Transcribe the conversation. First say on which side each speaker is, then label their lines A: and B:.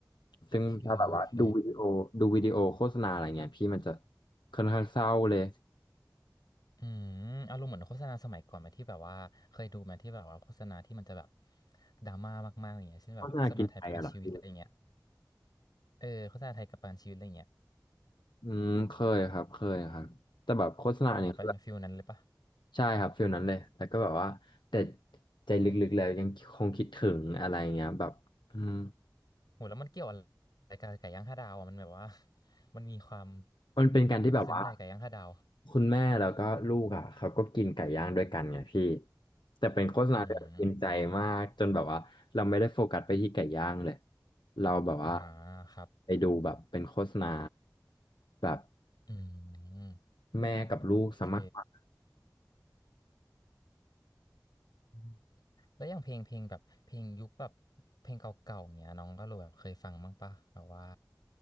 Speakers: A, on the left; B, on the left.
A: ซึ่งถ้าแบบว่าดูวิดีโอดูวิดีโอโฆษณาอะไรเงี้ยพี่มันจะ
B: โอเคโอเค
A: ค่อนข้างเศร้าเลย
B: อืมอารมณ์เหมือนโฆษณาสมัยก่อนไหมที่แบบว่าเคยดูไหมที่แบบว่าโฆษณาที่มันจะแบบดราม่ามากๆอย่างเงี้ยเช่นแบบโฆษณาไทยประกันชีวิตอะไรเงี้ย
A: โฆษณากินใจอะเหรอพี่
B: เออโฆษณาไทยประกันชีวิตอะไรเงี้ย
A: อืมเคยครับเคยครับแต่แบบโฆษณาเนี่ย
B: อ๋อเป็นฟิลนั้นเลยปะ
A: ใช่ครับฟิลนั้นเลยแล้วก็แบบว่าแต่ใจลึกๆแล้วยังคงคิดถึงอะไรเงี้ยแบบอืม
B: โหแล้วมันเกี่ยวอะไรกับไก่ย่างห้าดาวอ่ะมันแบบว่า <laughs> มันมีความ
A: มันเป็นการที่แบบว่า
B: มันจะซึ้งอะไรไก่ย่างห้าดาว
A: คุณแม่แล้วก็ลูกอ่ะเขาก็กินไก่ย่างด้วยกันไงพี่แต่เป็นโฆษณาที่แบบกินใจมากจนแบบว่าเราไม่ได้โฟกัสไปที่ไก่ย่างเลย
B: อืม
A: เราแบบว่า
B: อ่าครับ
A: ไปดูแบบเป็นโฆษณาแบบ
B: อืม
A: แม่กับลูกสามารถฟัง
B: โอเคอืมแล้วอย่างเพลงเพลงแบบเพลงยุคแบบเพลงเก่าๆอย่างเงี้ยน้องก็รู้แบบเคยฟังบ้างปะแบบว่า